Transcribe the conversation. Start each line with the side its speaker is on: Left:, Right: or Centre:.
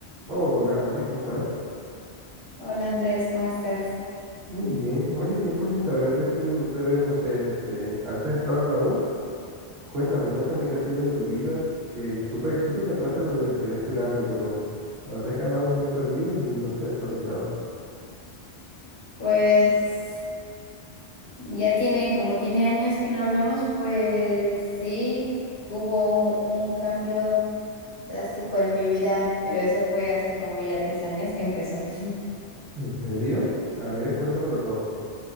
Right: Hola Andy, ¿cómo estás?
Left: Hola Andrés, ¿cómo estás?
Right: Muy bien. Oye, tiempo sin saber de ti, no te veo, no sé, desde antes de entrar a la U. Cuéntame, cuéntame qué ha sido de tu vida, que supe, supe que entraste a la universidad a estudiar algo, pero la verdad es que andamos muy perdidos y no estoy actualizado.
Left: Pues ya tiene, como tiene años que no hablamos, pues sí, hubo un, un cambio drástico en mi vida, pero eso fue hace como ya tres años que empezó. <laughs>
Right: ¿En serio? A ver, cuéntamelo todo.